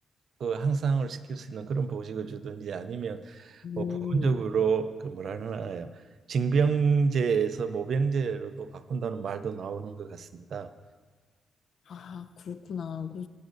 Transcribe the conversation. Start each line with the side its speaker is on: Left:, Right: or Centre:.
Right: 그 향상을 시킬 수 있는 그런 보직을 주든지 아니면
Left: 음.
Right: 뭐 부분적으로 그 뭐라 하나요 징병제에서 모병제로도 바꾼다는 말도 나오는 것 같습니다.
Left: 아, 그렇구나. 그,